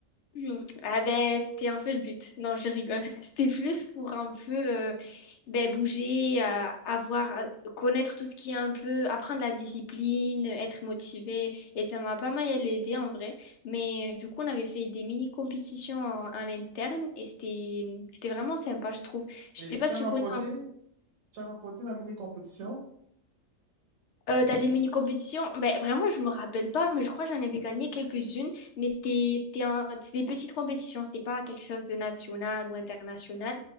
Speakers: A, on the left; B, on the right.
A: Mhm. Ah ben c'était un peu le but. Non, je rigole. <laughs> C'était plus pour un peu euh, ben, bouger, euh, avoir, euh, connaître tout ce qui est un peu, apprendre la discipline, être motivé. Et ça m'a pas mal aidé en vrai. Mais euh, du coup, on avait fait des mini compétitions en, en interne et c'était c'était vraiment sympa, je trouve. Je
B: Et
A: sais
B: tu
A: pas si
B: as
A: tu
B: remporté?
A: connais un cours
B: Tu as remporté la mini-compétition?
A: Euh, dans les mini-compétitions, ben, vraiment, je me rappelle pas, mais je crois que j'en avais gagné quelques-unes. Mais c'était c'était un- c'était des petites compétitions, c'était pas quelque chose de national ou international.